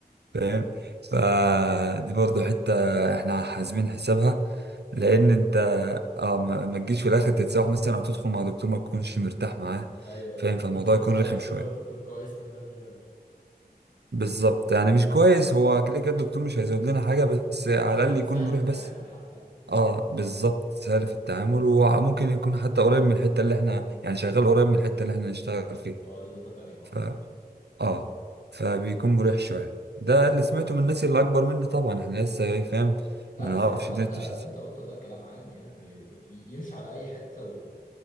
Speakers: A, on the right; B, on the left.
A: فاهم فدي برضو حتة احنا حاسبين حسابها لان
B: اه
A: انت اه ما ما تجيش في الاخر تتسوح مثلا او تدخل مع دكتور ما تكونش مرتاح معاه
B: ايوه
A: فاهم
B: ايوه
A: فالموضوع
B: انتوا
A: يكون
B: بتحاولوا
A: رخم
B: تختاروا
A: شوية
B: دكتور كويس من بدري بدري
A: بالظبط يعني مش كويس هو كده كده الدكتور مش هيزود لنا حاجة بس على
B: بس
A: الأقل
B: قصدي
A: يكون
B: سهل
A: مريح
B: في التعامل
A: بس
B: حتى يعني
A: اه بالظبط سهل في التعامل وممكن يكون حتى قريب من الحتة اللي احنا يعني شغال قريب من الحتة اللي احنا نشتغل فيها
B: اه دي نقطة تانية اه
A: ف اه فبيكون مريح شوية ده اللي
B: اه
A: سمعته من الناس اللي أكبر مني طبعا احنا لسه إيه، فاهم
B: لا
A: ما نعرفش
B: بس الكلام
A: الدنيا
B: ده
A: بتمشي
B: اللي
A: ازاي
B: انت قلته ده كلام عام يعني ي- يمشي على اي حتة و...